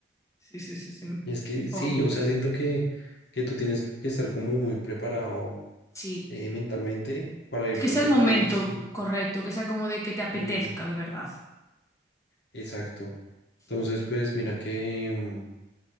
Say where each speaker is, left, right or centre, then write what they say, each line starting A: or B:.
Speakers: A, on the left; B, on the left.
A: Sí, sí, sí, sí.
B: Y es que sí,
A: Jo,
B: o sea, siento que, que tú tienes que estar como muy preparado
A: sí.
B: eh, mentalmente para irte
A: Que sea
B: a otro
A: el momento
B: país y,
A: correcto, que sea como de que te apetezca
B: y
A: de verdad.
B: exacto.
A: Sí.
B: Entonces pues mira que, mm,